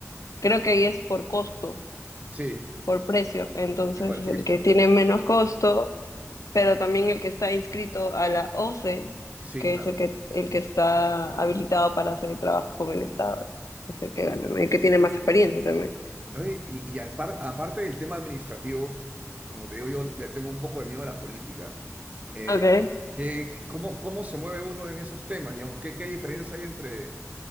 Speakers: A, on the left (about 85°); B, on the right (about 25°).
A: creo que ahí es por costo,
B: sí,
A: por precio. Entonces,
B: me parece
A: el
B: que sí.
A: que tiene menos costo pero también el que está inscrito a la OCE,
B: Sí,
A: que
B: claro.
A: es el que, el que está habilitado para hacer trabajo con el Estado, es el que gana, ¿no? el que tiene más experiencia también.
B: Oye, y, y al par- aparte del tema administrativo, como te digo, yo le tengo un poco de miedo a la política. Eh,
A: Okay.
B: ¿qué- cómo, cómo se mueve uno en esos temas? Digamos, ¿qué, qué diferencias hay entre,